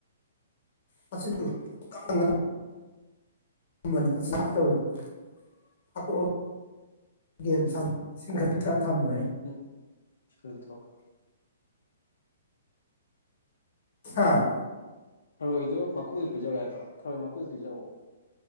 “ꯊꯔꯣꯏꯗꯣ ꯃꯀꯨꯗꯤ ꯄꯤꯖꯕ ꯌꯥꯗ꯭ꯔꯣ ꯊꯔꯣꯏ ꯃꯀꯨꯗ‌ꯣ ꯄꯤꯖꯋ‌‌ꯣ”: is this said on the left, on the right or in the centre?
Left